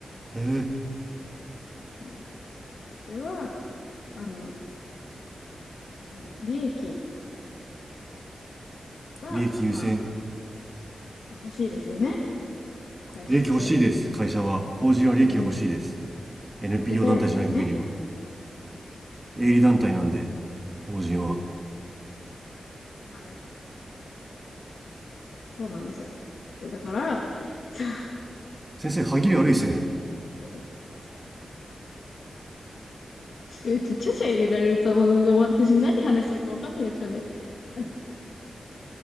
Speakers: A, on the right; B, on the left.
A: えー、
B: うん。それは、あの、その、利益が、
A: 利益優先。
B: まあ、欲しいですよね。会社って。
A: 利益欲しいです、会社は。法人は利益が欲しいです。
B: うん。
A: NPO
B: 儲けたいですよね。
A: 団体じゃない限りは。
B: そう。
A: 営利団体なんで、法人は。
B: はい。そうなんですよ。だから、そ
A: 先生、歯切れ悪いっすね。
B: うちょ、ちょ、ちゃちゃ入れられると、もう私何話してるか分かんなくなっちゃうんで。あの